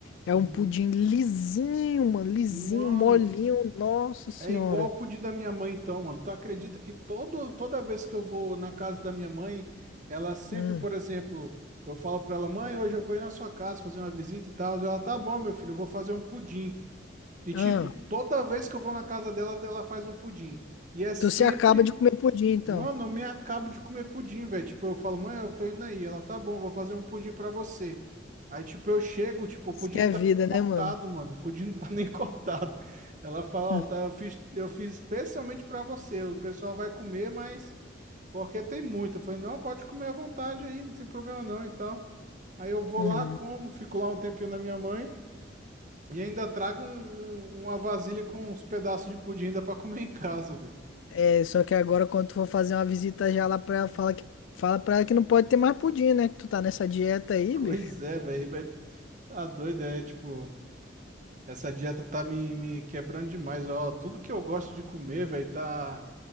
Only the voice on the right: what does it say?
Uhum.
Mano,
É igual o pudim da minha mãe, então, mano. Tu acredita que todo, toda vez que eu vou na casa da minha mãe, ela sempre,
por exemplo, eu falo pra ela, mãe, hoje eu vou ir na sua casa fazer uma visita e tal. Ela, tá bom, meu filho, eu vou fazer um pudim. E, tipo,
toda vez que eu vou na casa dela, ela faz um pudim. E é sempre
Mano, eu me acabo de comer pudim, velho. Tipo, eu falo, mãe, eu tô indo aí. Ela, tá bom, vou fazer um pudim pra você. Aí, tipo, eu chego, tipo,
o pudim
não tá
cortado,
mano. O pudim não tá nem <laughs> cortado. Ela fala,
ó, tá, eu fiz, eu fiz especialmente pra você. O pessoal vai comer, mas porque tem muito. Eu falei, não, pode comer à vontade aí, não tem problema não e tal. Aí eu vou
lá, como, fico lá um tempinho na minha mãe e ainda trago um- um- uma vasilha com uns pedaços de pudim ainda pra comer em casa, velho.
Pois
é, velho. Tá doido, é tipo, essa dieta tá me, me quebrando demais, ó. Tudo que eu gosto de comer, velho, tá.